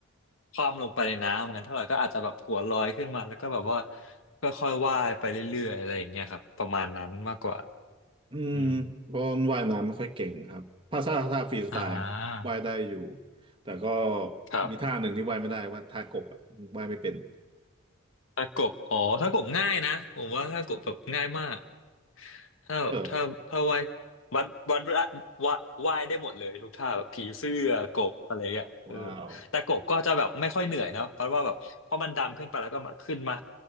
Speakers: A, on the left; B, on the right.
A: คว่ำลงไปในน้ำงั้นเท่าไหร่ก็อาจจะแบบหัวลอยขึ้นมาแล้วก็แบบว่าค่อยๆวาดไปเรื่อยๆอะไรอย่างเงี้ยครับประมาณนั้นมากกว่า
B: อืม
A: อืม
B: บอลว่ายน้ำไม่ค่อยเก่งครับถ้าถ้าถ้าฟรีสไตล์
A: อ่า
B: ว่ายได้อยู่แต่ก็
A: ครับ
B: มีท่าหนึ่งที่ว่ายไม่ได้ว่าท่ากบอ่ะว่ายไม่เป็น
A: ถ้ากบอ๋อถ้ากบง่ายนะผมว่าถ้ากบแบบง่ายมากถ้าแบบถ้าถ้าว่าย
B: แบบ
A: วัดวัดวดว่าว่ายได้หมดเลยทุกท่าแบบผีเสื้อกบอะไรเงี้ยเออ
B: ว้าว
A: แต่กบก็จะแบบไม่ค่อยเหนื่อยนะเพราะว่าแบบเพราะมันดำขึ้นไปแล้วก็มาขึ้นมา